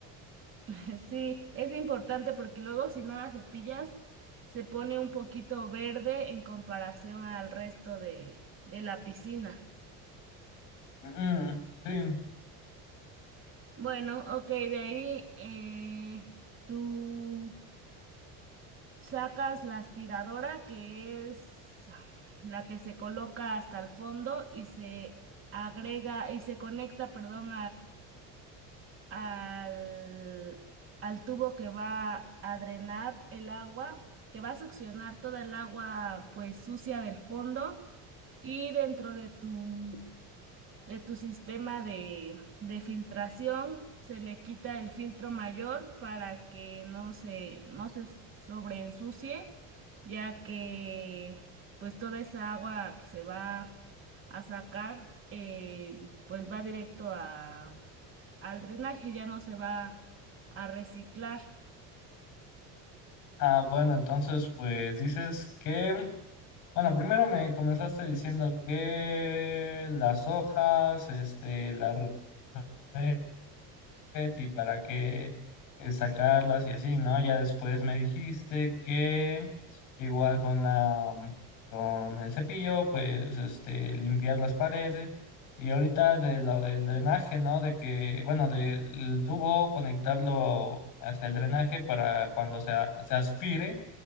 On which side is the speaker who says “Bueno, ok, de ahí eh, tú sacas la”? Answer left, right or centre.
Right